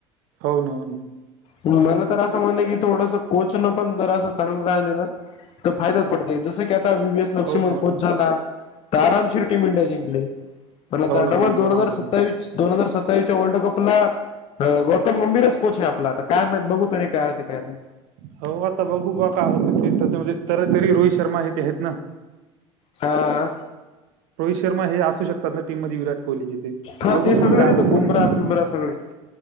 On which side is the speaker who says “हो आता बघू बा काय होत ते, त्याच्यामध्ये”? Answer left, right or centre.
Right